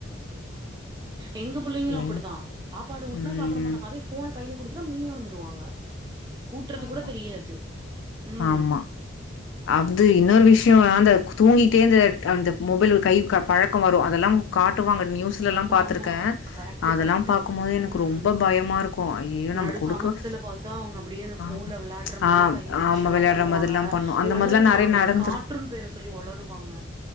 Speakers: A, on the right; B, on the left.
A: எங்க புள்ளைங்களு
B: எங்
A: அப்படிதா சாப்பாடு ஊட்னா
B: ம்.
A: சாப்பிட மாட்டாங்க அதே போன கையில குடுத் த மெய் மறந்துடுவாங்க ஊட்டுறது
B: ஆமா
A: கூட தெரியாது ம்
B: ஆமா
A: அப்ப
B: அது
A: மட்டு
B: இன்னொரு
A: எப்டி
B: விஷயம் அந்த தூங்கிட்டே இந்த அந்த மொபைல் ஒரு கை க பழக்க வரு அதெல்லாம் காட் ட்டு வாங்க நியூஸ்ல எல்லா
A: ஆமா
B: பாத்திருக்க
A: ஆமா கரெக்ட்
B: அதெல்லா
A: கரெக்ட்
B: பாக்கும்போது
A: ம்
B: எனக்கு ரொம்ப பயமா இருக்கு ஐயயோ நம்ம
A: நடு
B: குடுக்க
A: சாமத்துல பாத்தா அவங்க அப்டி அப்டியே அந்த போன்ல
B: ஆமா
A: விளாடுற மாரியே
B: ஆ
A: கை ஆக்ஷன்
B: ஆமா
A: எல்லா
B: வெளையாடுற
A: பண்ணுவாங்க
B: மாதிரில்லா பண்ணு அந்த
A: ஒளருவாங்க
B: மாதிரிலா நெறைய நடந்திருக்கு
A: கார்ட்டூன் பேர சொல்லி ஒளருவாங்க